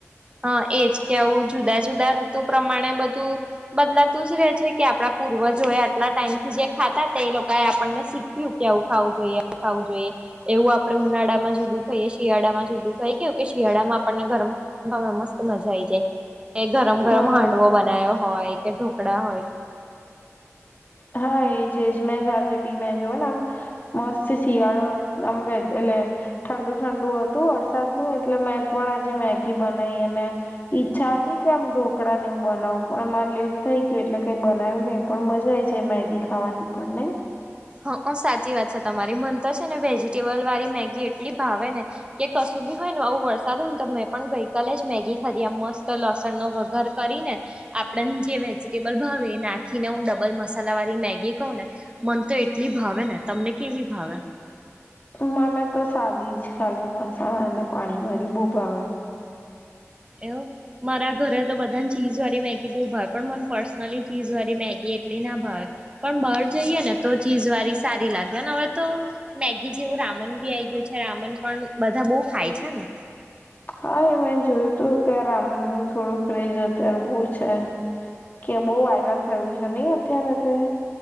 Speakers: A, on the right (about 20°); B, on the left (about 35°).
A: હા એજ કે આવું જુદા જુદા ઋતુ પ્રમાણે બધું બદલાતું જ રે છે કે આપડા પૂર્વજો એ આટલા ટાઈમ થી જે ખાતા તે એ લોકો એ આપણ ને શીખ <unintelligible> કે આવું ખાવું જોઈએ ખાવું જોઈએ એવું આપડે ઉનાળામાં જુદું ખાઈએ શિયાળામાં જુદું ખાઈએ કેવ કે શિયાળામાં આપણને ગરમ ગમે મસ્ત મજા આવી જાય કે ગરમ ગરમ
B: હા
A: હાંડવો બનાયો હોય કે ઢોકળા હોય
B: હા એજ એજ મે જ આજેબી મે જોયુ ને આમ મસ્ત શિયાળો આમ <unintelligible> એટલે ઠંડુ ઠંડુ હતું વરસાદ નુ એટલે મેં પણ આજે મેગી બનાવી અને ઈચ્છા હતી કે આમ ઢોકળાને એવું બનાવું પણ મારે લેટ થઈ ગયું એટલે કઈ બનાવ્યું નહી પણ મજા આવી. જે મેગી ખાવાની પણ નહીં.
A: હા સાચી વાત છે તમારી મને તો છે ને વેજીિટેબલ વાળી મેગી એટલી ભાવે ને કે કશું બી હોય ને આવું વરસાદ હોય ને તો મેં પણ ગઈકાલે જ મેગી ખાધી આ મસ્ત લસણ નો વઘાર કરીને આપણને જે વેજીિટેબલ ભાવે નાખીને હું ડબલ મસાલા વાળી મેગી કહું ને મને તો એટલી ભાવે ને તમને કેવી ભાવે.
B: મને તો સાદી જ ખાલી મસાલા અને પાણી વળી બો ભાવે.
A: એવ. મારા ઘરે તો બધાને ચીઝ વાળી મેગી બહુ ભાવે પણ મને પર્સનલી ચીઝ વાળી મેગી એટલી ના ભાવે પણ બાળ જઈએ ને તો ચીજ વાળી સારી લાગેને હવે તો. મેગી જેવું રામન બી આઈ ગયું છે રામન પણ બધા બહુ ખાય છે ને.
B: હા એ મેં જોયું તું કે રામન નું થોડું ક્રેઝ અત્યારે બહ છે. કે બહુ વાયરલ થયું છે નહી અત્યારે તો એ